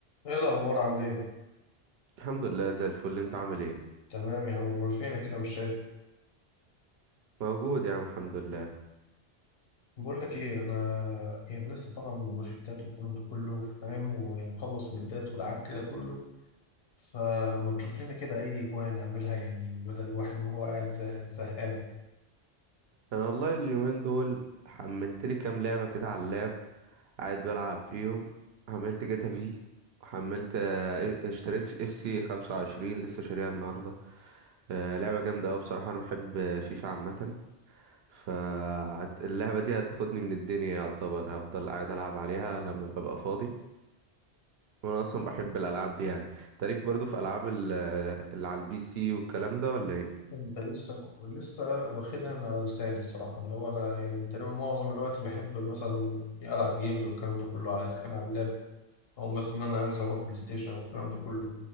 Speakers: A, on the left (about 65°); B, on the right (about 70°).
A: ايه الاخبار عامل ايه
B: الحمد لله زي الفل انت عامل ايه
A: تمام يا عم امال فينك كده مش شايف
B: موجود يا عم الحمد لله
A: بقول لك ايه انا يعني لسه طالع من البروجكتات والكلام ده كله فاهم ومخلص من الدات والعك كده كله فما تشوف لنا كده اي هوايه نعملها يعني بدل الواحد ما هو قاعد زه- زهقان
B: انا والله اليومين دول حملت لي كام لعبه كده على اللاب قاعد بلعب فيهم حملت جاتا في وحملت اه، اشتريت اف سي 25 لسه شاريها النهارده اه، لعبه جامده قوي بصراحه انا بحب فيفا عامه فاللعبه دي هتاخدني من الدنيا يعتبر هفضل قاعد العب عليها لما ببقى فاضي وانا اصلا بحب الالعاب دي يعني تاريك برضو في العاب ال- اللي على البي سي والكلام ده ولا ايه
A: انت لسه لسه واخدها من على لساني الصراحه اللي هو انا يعني تقريبا معظم الوقت بحب مثلا العب جيمز والكلام ده كله على- اذا كان على اللاب او مثلا ان انا هنزل اروح بلاي ستيشن او الكلام ده كله